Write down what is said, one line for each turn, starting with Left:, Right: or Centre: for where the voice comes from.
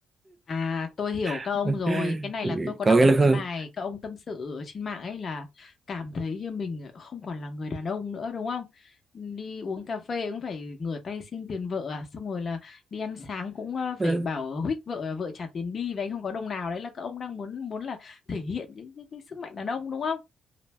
Left: À, tôi hiểu các
Right: <laughs>
Left: ông rồi. Cái này là tôi có
Right: có
Left: đọc
Right: nghĩa
Left: một
Right: là không
Left: cái bài các ông tâm sự ở trên mạng ấy là cảm thấy như mình không còn là người đàn ông nữa đúng không? Đi uống cà phê cũng phải ngửa tay xin tiền vợ à, xong rồi là đi ăn sáng cũng ờ,
Right: Ờ,
Left: phải bảo huých vợ vợ trả tiền đi và anh không có đồng nào đấy là các ông đang muốn muốn là thể hiện cái, cái, cái sức mạnh đàn ông đúng